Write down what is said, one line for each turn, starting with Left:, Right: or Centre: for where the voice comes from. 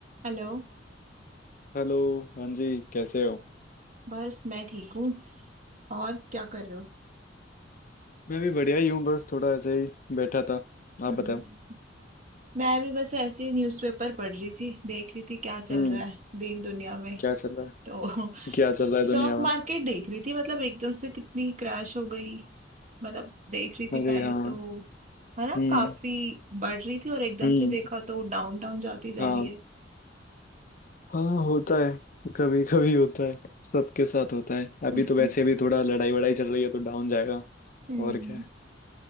Right: हेलो
Left: Hello हाँ जी कैसे हो
Right: बस मैं ठीक हूँ और क्या कर रहे हो
Left: मैं भी बढ़िया ही हूँ बस थोड़ा ऐसे ही बैठा था आप
Right: हम्म,
Left: बताओ
Right: मैं भी बस ऐसे ही न्यूज़पेपर पढ़ रही थी देख रही थी क्या चल
Left: हम्म
Right: रहा है दीन दुनिया में
Left: क्या चल रहा है
Right: तो <laughs>
Left: क्या चल
Right: स्टॉक
Left: रहा है दुनिया में
Right: मार्केट देख रही थी मतलब एकदम से कितनी क्रैश हो गई मतलब देख रही थी
Left: अरे
Right: पहले
Left: हाँ
Right: तो है ना
Left: हम्म
Right: काफी बढ़ रही थी और एकदम
Left: हम्म
Right: से देखा तो डाउन डाउन जाती जा
Left: हाँ
Right: रही है
Left: हाँ होता है कभी कभी होता है सबके साथ होता है अभी
Right: <laughs>
Left: तो वैसे भी थोड़ा लड़ाई वड़ाई चल रही है तो डाउन जाएगा
Right: हम्म।
Left: और क्या है